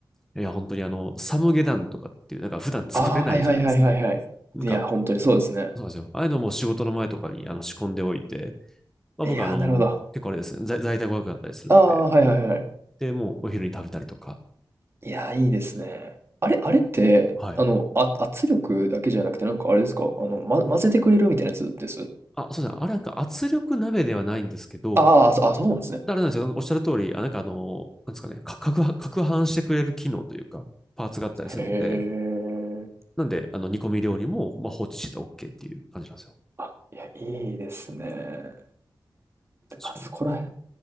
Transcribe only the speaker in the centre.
いや、本当にあの、サムゲタンとかっていう、なんか普段作れないじゃないですか。
なんか、
そうなんですよ。ああいうのも仕事の前とかにあの仕込んでおいて、まあ、
僕はあの、
結構あれですね、在在宅ワークだったりするので、
で、もうお昼に食べたりとか、
はい。
あ、そうですね。あれなんか圧力鍋ではないんですけど、
あれなんですよ。おっしゃる通り、あ、なんかあの、なんですかね、か、かくは、攪拌してくれる機能というか、パーツがあったりするので、
なんで、あの、煮込み料理も、まあ、放置してたら OK っていう感じなんですよ。
確かに。